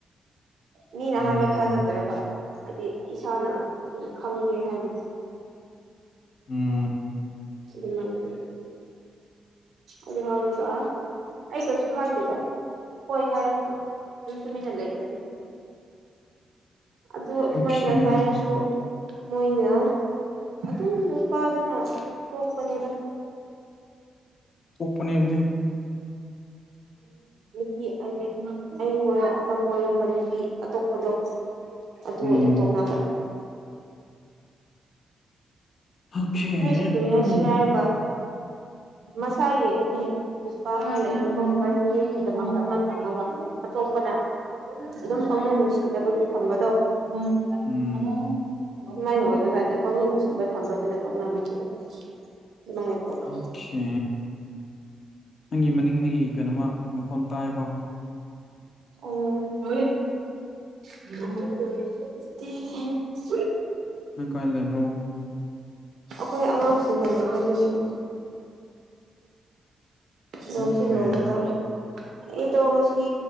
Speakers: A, on the right; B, on the left.
A: ꯃꯤꯅ
B: ꯎꯝ
A: ꯍꯥꯏꯕ ꯊꯥꯖꯗꯔꯒ ꯍꯥꯏꯗꯤ ꯏꯁꯥꯅ ꯈꯪꯒꯦ ꯍꯥꯏꯕꯗꯣ
B: ꯎꯝ
A: ꯎ ꯑꯗꯨ ꯍꯔꯒ ꯑꯥ ꯑꯩ ꯀꯩꯁꯨꯅꯨꯡ ꯍꯥꯏꯗꯦꯗ ꯍꯣꯏ ꯍꯥꯏꯔꯁꯨ ꯑꯗꯨ ꯊꯃꯤ ꯆꯂ ꯀꯗꯤ ꯑꯗꯨ ꯑꯗꯨꯃꯥꯏꯅ
B: ꯑꯣꯈꯦ
A: ꯍꯥꯏꯔꯁꯨ ꯃꯣꯏꯅ ꯑꯗꯨꯝ ꯅꯨꯄꯥꯗꯨꯅ ꯄꯣꯛꯄꯅꯦꯗ
B: ꯄꯨꯄꯅꯤꯕꯗꯤ <unintelligible>
A: ꯅꯨꯄꯤ ꯍꯥꯏꯗꯤ ꯑꯩ ꯑꯃ ꯀꯣꯏꯔꯝꯕ ꯅꯨꯄꯤ ꯑꯇꯣꯞꯄꯗꯣ ꯑꯗꯨ
B: ꯎꯝ
A: ꯑꯣꯏꯅ ꯇꯣꯛꯅꯕ
B: ꯑꯣꯈꯦ
A: ꯅꯣꯏꯁꯦ ꯀꯔꯤ ꯍꯥꯏꯁꯤꯦ
B: ꯎꯝ
A: ꯍꯥꯏꯔꯕ ꯃꯁꯥꯒꯤ ꯑꯩꯗꯤꯄꯥ ꯂꯩꯕꯅꯦꯁꯤꯗ ꯃ ꯑꯃ ꯊꯝꯃꯒ ꯑꯇꯣꯞꯄꯅ ꯑꯗꯨꯝ ꯄꯪꯅꯨꯡ ꯅꯨꯡꯁꯤꯗꯕꯒꯤ ꯊꯝꯕꯗꯣ ꯎ
B: ꯎꯝ
A: ꯎ ꯑꯗꯨꯃꯥꯏꯅ ꯑꯣꯏꯕꯖꯥꯅꯤ ꯑꯈꯪꯕ ꯅꯨꯡꯁꯤꯠꯇ ꯊꯝꯕꯗꯨ ꯅ ꯇꯧꯅꯕꯅꯦꯕ ꯑꯗꯨꯃꯥꯏꯅ ꯇꯧꯕ
B: ꯑꯣꯈꯦ ꯅꯪꯒꯤ ꯃꯅꯤꯡꯗꯒꯤ ꯀꯩꯅꯣꯃ ꯃꯈꯣꯟ ꯇꯥꯏꯀꯣ
A: ꯑꯣ ꯍꯣꯏ <unintelligible>
B: ꯅꯪ ꯀꯥꯏꯅ ꯂꯩꯕ꯭ꯔꯣ
A: ꯑꯩꯈꯣꯏ ꯑꯉꯥꯡꯁꯤꯡꯗ ꯂꯩꯒꯗꯗꯒꯤꯅꯤ ꯂꯁꯤꯤ
B: ꯑꯣꯈꯦ
A: ꯂꯣꯒ ꯇꯧꯔ ꯑꯩꯗꯣ ꯉꯁꯤ